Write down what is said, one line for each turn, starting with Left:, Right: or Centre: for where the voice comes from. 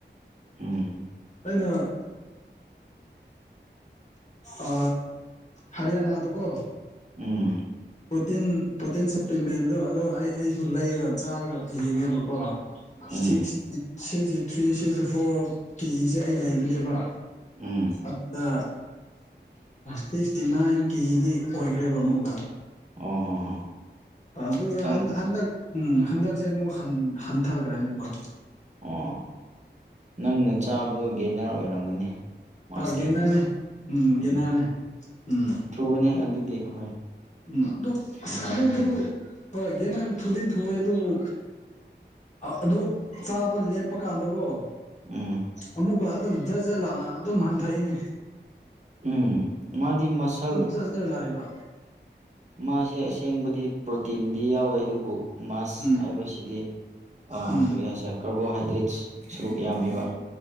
Right: ꯍꯝ
Left: ꯑꯩꯅ ꯑ ꯍꯔꯤꯌꯥꯅꯥ ꯇ ꯀꯣ
Right: ꯎꯝ
Left: ꯄ꯭ꯔꯣꯇꯤꯟ ꯄ꯭ꯔꯣꯇꯤꯟ ꯁꯄ꯭ꯂꯤꯃꯦꯟꯗꯣ ꯑꯗꯣ ꯑꯩ ꯑꯩꯁꯨ ꯂꯩꯔꯒ ꯆꯥꯔꯒ ꯌꯦꯡꯉꯦꯕꯀꯣ
Right: ꯎꯝ
Left: six sixty three sixty four ꯀꯦꯖꯤꯁꯦ ꯑꯩ ꯂꯩꯕꯅꯦꯕ
Right: ꯎꯝ
Left: ꯑꯗ ꯁꯤꯛꯁꯇꯤ ꯅꯥꯏꯟ ꯀꯦꯖꯤꯗꯤ ꯑꯣꯏꯈ꯭ꯔꯦꯕ ꯑꯃꯨꯛꯀ
Right: ꯑꯣ ꯍꯣ ꯍꯣ
Left: ꯑꯗꯨ
Right: ꯅꯪ
Left: ꯍꯟ ꯍꯟꯗ ꯎꯝ ꯍꯟꯗꯛꯁꯦ ꯑꯃꯨꯛ ꯍꯟꯊꯈ꯭ꯔꯦ ꯑꯃꯨꯕ
Right: ꯑꯣ ꯅꯪꯅ ꯆꯥꯕꯗꯣ ꯒꯦꯅꯔ ꯑꯣꯏꯔꯝꯒꯅꯤ ꯃꯥꯁꯀꯤꯅ
Left: ꯒꯦꯟꯅꯔꯅꯦ ꯒꯦꯟꯅꯔꯅꯦ
Right: ꯎꯝ
Left: ꯎꯝ
Right: ꯊꯨꯕꯅꯦ ꯑꯗꯨꯗꯤ ꯍꯣꯏ
Left: ꯎꯝ ꯑꯗꯨ ꯑꯁ
Right: ꯒꯦꯟꯅꯔ
Left: ꯑꯗꯨꯗꯨ
Right: ꯊꯨꯕꯅꯦ
Left: ꯍꯣꯏ ꯦꯅ ꯊꯨꯗꯤ ꯊ ꯊꯣꯛꯑꯦ ꯑꯗꯨꯕꯨ ꯑꯗꯨ ꯆꯥꯕ ꯂꯦꯞꯄ ꯀꯥꯟꯗꯀꯣ
Right: ꯎꯝ
Left: ꯑꯃꯨꯛꯀ ꯑꯗꯨꯝ ꯖꯠ ꯖꯠ ꯂꯥꯞꯅ ꯑꯗꯨꯝ ꯍꯟꯊꯩꯅꯦ
Right: ꯎꯝ ꯃꯥꯗꯤ ꯃꯁꯜ
Left: ꯖꯠ ꯖꯠ ꯂꯥꯛꯑꯦꯕ
Right: ꯃꯥꯁꯦ ꯑꯁꯦꯡꯕꯗꯤ ꯄ꯭ꯔꯣꯇꯤꯟꯗꯤ ꯌꯥꯎꯋꯦ ꯑꯗꯨꯕꯨ ꯃꯥꯁ
Left: ꯎꯝ
Right: ꯍꯥꯏꯕꯁꯤꯗꯤ
Left: ꯎꯝ
Right: ꯀꯔꯤ ꯍꯥꯏꯁꯦ ꯀꯥꯔꯕꯣꯍꯥꯏꯗ꯭ꯔꯦꯠꯁ ꯁꯔꯨꯛ ꯌꯥꯝꯃꯤꯕ